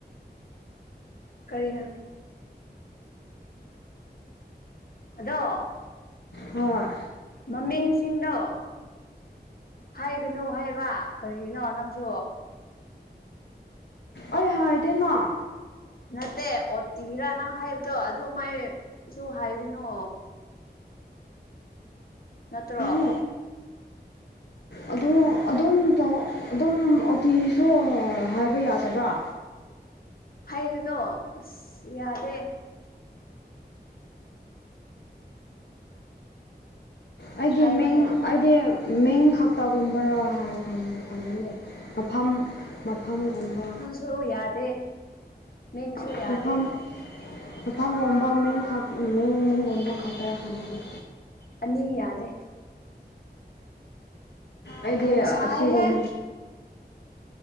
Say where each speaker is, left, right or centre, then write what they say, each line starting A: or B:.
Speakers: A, on the left; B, on the left.
A: ꯀꯔꯤꯅ ꯑꯗꯣ
B: ꯍꯣꯏ
A: ꯃꯃꯤꯡꯁꯤꯡꯗꯣ ꯍꯥꯏꯒꯅꯨ ꯍꯥꯏꯕ ꯀꯔꯤꯒꯤꯅꯣ ꯅꯪꯁꯨ
B: ꯑꯩ ꯍꯥꯏꯗꯅ
A: ꯅꯠꯇꯦ ꯑꯣꯇꯤꯔꯥ ꯅꯪ ꯍꯥꯏꯕꯗꯣ ꯑꯗꯨ ꯃꯥꯏꯁꯨ ꯍꯥꯏꯗꯅꯣ ꯅꯠꯇ꯭ꯔꯣ
B: ꯎ ꯑꯗꯨ ꯑꯗꯨꯝ ꯇ ꯑꯗꯨꯝ ꯑꯣꯇꯤꯁꯨ ꯍꯥꯏꯕ ꯌꯥꯗꯕ꯭ꯔꯥ
A: ꯍꯥꯏꯒꯅꯣ ꯑꯁ ꯌꯥꯗꯦ
B: ꯑꯩꯒꯤ
A: ꯍꯥꯏꯕ
B: ꯃꯤꯡ
A: ꯌꯥꯏ
B: ꯑꯩꯗꯤ ꯃꯤꯡ ꯈꯛꯇꯒꯨꯝꯕꯔꯥ ꯔꯣ ꯈꯪꯍ ꯌꯥ ꯃꯐꯝ ꯃꯐꯝꯒꯨꯝꯕ
A: ꯁꯨ ꯌꯥꯗꯦ ꯃꯤꯡꯁꯨ ꯌꯥꯗꯦ
B: ꯃꯐꯝ ꯃꯐꯝꯒꯨꯝꯕ ꯃꯤꯡ ꯃꯤꯡ ꯃꯤꯡꯒꯨꯝꯕ ꯈꯇꯔ ꯈꯪꯉꯅꯤ
A: ꯑꯅꯤ ꯌꯥꯗꯦ
B: ꯑꯩꯗꯤ
A: ꯌꯥꯝ ꯁꯥꯏꯍꯦ
B: ꯁꯤꯒꯨꯝ